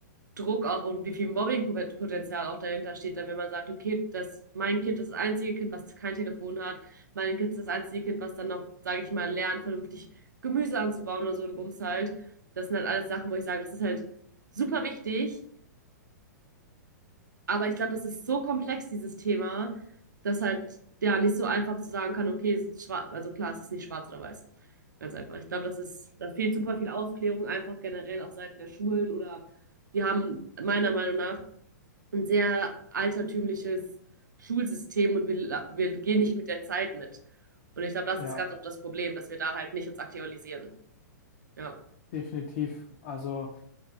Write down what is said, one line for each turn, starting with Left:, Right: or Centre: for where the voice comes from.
Right: Druck auch und wie viel Mobbingpotenzial auch dahinter steht, dann wenn man sagt, okay, das, mein Kind ist das einzige Kind, was kein Telefon hat, mein Kind ist das einzige Kind, was dann noch, sage ich mal, lernt, vernünftig Gemüse anzubauen oder so ein Bums halt. Das sind halt alles Sachen, wo ich sage, das ist halt super wichtig, aber ich glaube, das ist so komplex, dieses Thema, dass halt ja nicht so einfach zu sagen kann, okay, schwarz, also klar, es ist nicht schwarz oder weiß. Ganz einfach. Ich glaube, das ist, da fehlt super viel Aufklärung, einfach generell auf Seiten der Schulen oder wir haben meiner Meinung nach ein sehr altertümliches Schulsystem und wir, la- wir gehen nicht mit der Zeit mit. Und ich glaube, das
Left: Ja,
Right: ist ganz oft das Problem, dass wir da halt nicht uns aktualisieren. Ja.
Left: definitiv. Also,